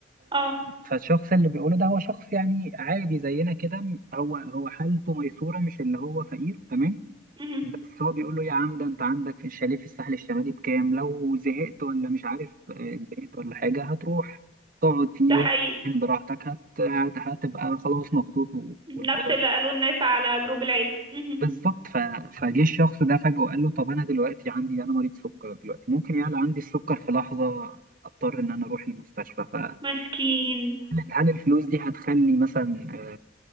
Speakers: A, on the right; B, on the right.
A: اه
B: فالشخص اللي بيقوله ده هو شخص يعني عادي زينا كده م- هو هو حالته ميسورة مش اللي هو فقير تمام
A: مهم.
B: بس هو بيقول له يا عم ده انت عندك في الشاليه في الساحل الشمالي بكام لو زهقت ولا مش عارف آه، اتضايقت ولا حاجة هتروح تقعد فيه
A: ده حقيقي
B: براحتك هت... هت- هتبقى خلاص مبسوط و- والموضوع
A: نفس اللي
B: ده
A: قالوه الناس على جروب العيله مهم.
B: بالظبط ف... فجه الشخص ده فجأة وقال له طب انا دلوقتي عندي انا مريض سكر دلوقتي ممكن يعلى عندي السكر في لحظة اضطر ان انا اروح المستشفى فهل
A: مسكين
B: هل الفلوس دي هتخلي مثلا آه،